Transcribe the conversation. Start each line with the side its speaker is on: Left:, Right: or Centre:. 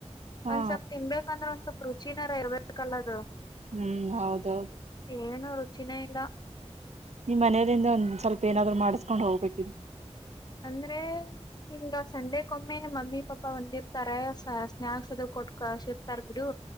Right: ಹಾ
Left: ಒಂದ್ ಸ್ವಲ್ಪ್ ತಿನ್ಬೇಕಂದ್ರೆ ಒಂದ್ ಸ್ವಲ್ಪ್ ರುಚಿನಾರ ಇರ್ಬೇಕಲ್ಲದು
Right: ಹ್ಮ್ ಹೌದೌದು
Left: ಏನು ರುಚಿನೇ ಇಲ್ಲ
Right: ನಿಮ್ ಮನೆಯಲ್ಲಿಿಂದ ಒಂದ್ ಸ್ವಲ್ಪ ಏನಾದ್ರು ಮಾಡಸ್ಕೊಂಡ್ ಹೋಗ್ಬೇಕಿದದು
Left: ಅಂದ್ರೆ ಹಿಂಗ ಸಂಡೆಕ್ಕೊಮ್ಮೆ ಮಮ್ಮಿ ಪಾಪ ಒಂದಿರ್ತಾರ ಸ್ನಾಯಕ್ಸ್ ಅದು ಕೊಟ್ಕ ಶ ಇರ್ತಾರ್ ಬಿಡು